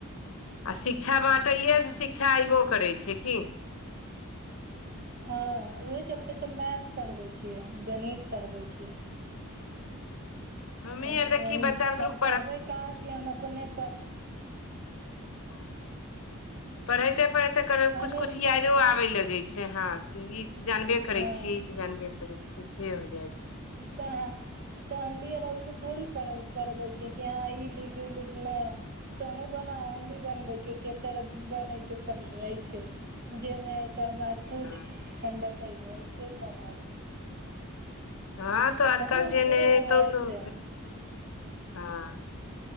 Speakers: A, on the left; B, on the right.
A: आ शिक्षा बाँटैयेसँ शिक्षा अऐबो करै छै की
B: हँ उहे चलते तऽ मैथ पढ़बे छियै गणित पढ़बै छियै।
A: हमही
B: <inaudible>
A: आर देखी बच्चा बुतरुक
B: हम पढ़बै कहाँ छियै हम अपने पढ़
A: हँ पढ़ैते पढ़ैते कर कुछ
B: हमे
A: कुछ कुछ याइदो
B: पढ़ै
A: आबे लगै छै हँ कि ई तऽ जानबे करै
B: हँ
A: छियै ई तऽ जानबे करै छियै से हो जाइ छै
B: तऽ तऽ हम भीरहुसँ थोड़ी पढ़बै छियै कि हँ ई लिख ई लिख नहि तोहुँ बना हम भी बनबै छियौ केकर बनै छै पहिले ऐसे जे नहि तऽ हमरासँ पूछ
A: हँ
B: हम बतैबौ अइसे पढ़ाइ
A: हँ तऽ आजकल
B: तब ने
A: जे
B: हमरो
A: नहि एतौ
B: अयतै
A: तऽ हँ